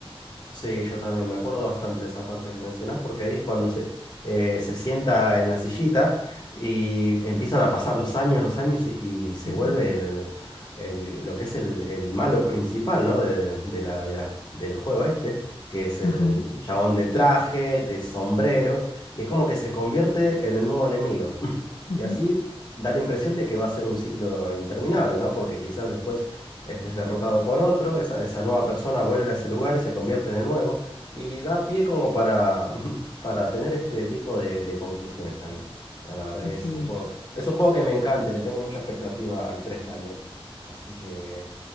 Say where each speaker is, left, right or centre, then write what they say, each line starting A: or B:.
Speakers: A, on the left (about 45°); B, on the left (about 80°).
A: Sí, yo también me acuerdo bastante de esa parte que mencionás, porque ahí es cuando se, eh, se sienta en la sillita y empiezan a pasar los años, los años y se, y se
B: Ujú,
A: vuelve el, el- lo que es el, el malo principal, ¿no? de- de la, de la- del juego este, que es el
B: Ajá,
A: chabón de traje, de sombrero, y es como que se convierte en el nuevo enemigo. <laughs>
B: ajá.
A: Y así da la impresión de que va a ser un ciclo interminable, ¿no? Porque quizás después este es derrotado por otro, esa, esa nueva persona vuelve a ese lugar y se convierte en el nuevo. Y da pie como para, <laughs> para tener este tipo de, de conclusiones también. No, la verdad
B: Así
A: que es un juego
B: es.
A: que, es un juego que me encanta, y le tengo mucha expectativa al 3 también. Así que,